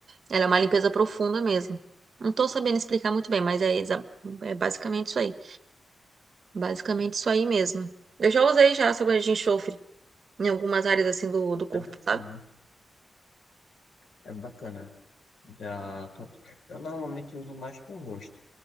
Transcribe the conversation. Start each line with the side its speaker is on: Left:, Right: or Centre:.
Right: Ela é uma limpeza profunda mesmo. Não tô sabendo explicar muito bem, mas é, exa- é basicamente isso aí. Basicamente isso aí mesmo. Eu já usei já essa agulha de enxofre em algumas áreas assim do, do corpo,
Left: É bacana,
Right: sabe?
Left: é bacana. Já tô- Eu normalmente uso mais pro rosto,